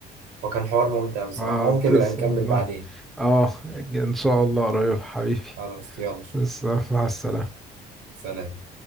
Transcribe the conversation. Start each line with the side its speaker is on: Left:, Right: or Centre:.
Right: وكان حوار ممتع بصراحه
Centre: اه
Right: ممكن
Centre: تسلم
Right: نبقى نكمل
Centre: والله.
Right: بعدين
Centre: اه ان شاء الله قريب حبيبي
Right: خلاص يلا
Centre: بس مع السلامة
Right: سلام